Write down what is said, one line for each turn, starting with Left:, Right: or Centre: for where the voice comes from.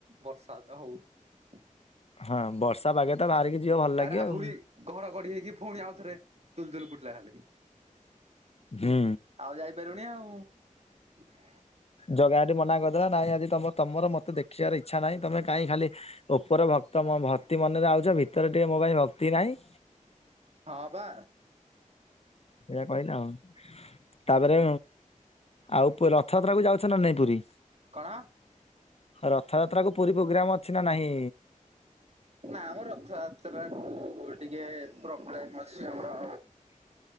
Right: ବର୍ଷା ତ ହଉ।
Left: ହଁ ବର୍ଷା ବାଗେ ତ ବାହାରିକି ଯିବ ଭଲ
Right: ତାର
Left: ଲାଗିବ
Right: ଆହୁରି
Left: ଆଉ।
Right: ଘଡଘଡି ହେଇକି ଫୁଣି ଆଉଥରେ ଦୁଲଦୁଲ କୁଟିଲା ଖାଲି।
Left: ହୁଁ।
Right: ଆଉ ଯାଇପାରୁନି ଆଉ। ହଁ।
Left: ଜଗା ହେଟି ମନା କରିଦେଲା ନାଇଁ ଆଜି ତମ-ତମର ମତେ ଦେଖିବାର ଇଛା ନାଇଁ ତମେ କାଇଁ ଖାଲି ଓପର ଭକ୍ତ ମ ଭକ୍ତି ମନରେ ଆଉଚ ଭିତରେ ଟିକେ ମୋ ପାଇଁ ଭକ୍ତି ନାଇଁ।
Right: ହଁ ପା।
Left: ଏଇଆ କଇଲା ଆଉ। ତାପରେ ଆଉ ପୁ ରଥଯାତ୍ରା କୁ ଯାଉଛ ନା ନାଇଁ ପୁରୀ?
Right: କଣ
Left: ରଥଯାତ୍ରା କୁ ପୁରୀ ପୋଗ୍ରାମ ଅଛି ନା ନାହିଁ?
Right: ନା ମ ରଥଯାତ୍ରା କୁ ଟିକେ ପ୍ରୋବ୍ଲେମ୍ ଅଛି ଆମର।